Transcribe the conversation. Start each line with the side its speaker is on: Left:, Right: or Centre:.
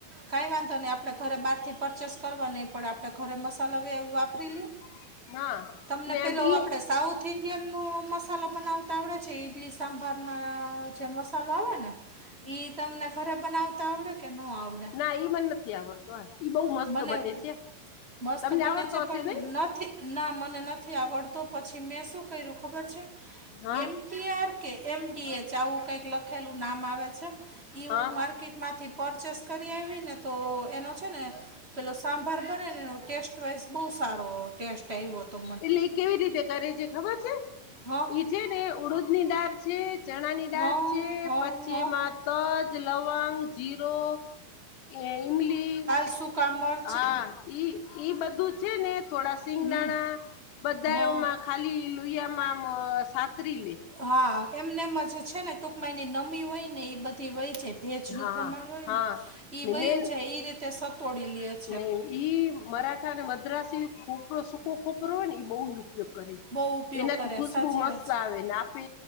Right: કઈ વાંધો ની આપડે ઘરે બહાર થી પરચેસ કરવા ની પણ આપડે ઘરે મસાલા એવું વાપરી લીઓ.
Left: <inaudible>
Right: તમને
Left: ને
Right: પેલો
Left: બિલ્લી
Right: આપડે સાઉથ સાઉથ ઇન્ડિયનનો મસાલો બનાવતા આવડે છે ઇડલી સાંભારના જે મસાલો આવે ને. ઈ તમને ધરે બનાવતા આવડે કે નો આવડે.
Left: ના ઈ મને નથી આવડતું હા ઈ બો મસ્ત
Right: મને
Left: બને છે.
Right: મસ્ત
Left: તમને
Right: બને
Left: આવડતો
Right: છે
Left: હશે
Right: પણ
Left: નઈ
Right: નથી ના મને નથી આવડતો પછી મેં શું કર્યું ખબર છે
Left: હા
Right: એમ એમ ટી આર કે એમ ડી એચ આવું કઈક લખેલું નામ આવે છે એ
Left: હા
Right: હું માર માર્કેટ માંથી પરચેસ કરી આવી ને તો એનો છે ને પેલો સાંભાર બને ને ટેસ્ટવાઈઝ બો સારો ટેસ્ટ <unintelligible> હો તો
Left: એટલે ઈ કેવી રીતે કરે છે ખબર છે
Right: હા
Left: ઈ છે ને ઉડદ ની દાળ છે ચણા ની
Right: હં
Left: દાળ છે
Right: હં
Left: પછી
Right: હં
Left: એમાં તજ, લવંગ જીરો એવું ઈ
Right: સુ કામર
Left: હા ઈ ઈ બધું છે ને થોડા સિંગદાણા
Right: હમ
Left: બધામાં
Right: હં
Left: ખાલી લુહીયામાં આમ સાતરી લેય.
Right: હા એમને એમ જે છે ને ટૂંકમાંયની નમી હોય ને એ બધી વહી જાય. ભેજનું
Left: હા
Right: પ્રમાણ હોય
Left: હા
Right: ને એ
Left: ને
Right: વયું
Left: મેન
Right: જાય એ રીતે સતોડી લેય.
Left: ને ઈ મરાઠા અને મદ્રાસી ખોપરો સૂકો ખોપરો હોય ને ઈ બો ઉપયોગ કરે.
Right: બહુ ઉપયોગ
Left: એનાથી
Right: કરે
Left: ખુશબુ
Right: સાચી
Left: મસ્ત
Right: વાત છે
Left: આવે ને આપે